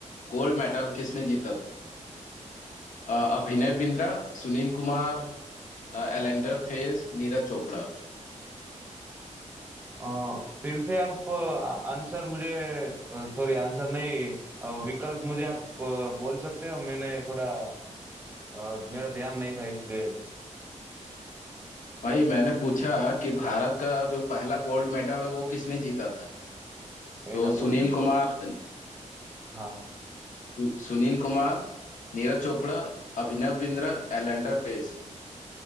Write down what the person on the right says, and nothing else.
आ, फिर से आप आंसर मुझे सॉरी आंसर नहीं अ, विकल्प मुझे आप अ, बोल सकते हो मैंने थोड़ा अ, मेरा ध्यान नहीं था इसलिए
पहला
गोल्ड मेडल
हाँ